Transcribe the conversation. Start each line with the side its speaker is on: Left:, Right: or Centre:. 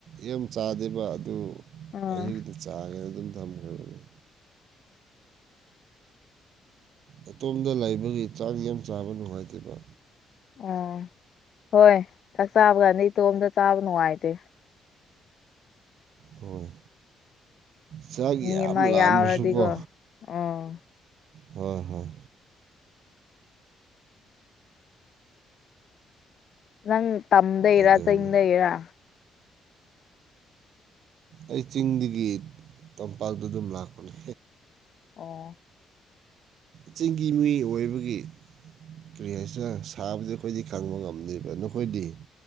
Right: ꯌꯥꯝ ꯆꯥꯗꯦꯕ ꯑꯗꯨ
Left: ꯎꯝ
Right: ꯑꯌꯨꯛꯇ ꯆꯥꯒꯦꯅ ꯑꯗꯨꯝ ꯊꯝꯈ꯭ꯔꯕꯅꯤ ꯑꯇꯣꯝꯗ ꯂꯩꯕꯒꯤ ꯆꯥꯛ ꯌꯥꯝ ꯆꯥꯕ ꯅꯨꯡꯉꯥꯏꯇꯦꯕ
Left: ꯑꯣ ꯍꯣꯏ ꯆꯥꯛ ꯆꯥꯕ ꯀꯥꯟꯗ ꯏꯇꯣꯝꯗ ꯆꯥꯕ ꯅꯨꯡꯉꯥꯏꯇꯦ
Right: ꯍꯣꯏ ꯆꯥꯛ
Left: ꯃꯤ
Right: ꯌꯥꯝ
Left: ꯑꯃ
Right: ꯂꯥꯝꯕꯁꯨꯀꯣ
Left: ꯌꯥꯎꯔꯗꯤꯀꯣ ꯑꯣ
Right: ꯍꯣꯏ ꯍꯣꯏ
Left: ꯅꯪ ꯇꯝꯗꯩꯔ
Right: ꯑꯗꯨꯅꯤ
Left: ꯆꯤꯡꯗꯩꯔ
Right: ꯑꯩ ꯆꯤꯡꯗꯒꯤ ꯇꯝꯄꯥꯛꯇ ꯑꯗꯨꯝ ꯂꯥꯛꯄꯅꯦ
Left: ꯑꯣ
Right: ꯆꯤꯡꯒꯤ ꯃꯤ ꯑꯣꯏꯕꯒꯤ ꯀꯔꯤ ꯍꯥꯏꯁꯤꯔ ꯁꯥꯕꯗꯤ ꯑꯩꯈꯣꯏꯗꯤ ꯈꯪꯕ ꯉꯝꯗꯦꯕ ꯅꯈꯣꯏꯗꯤ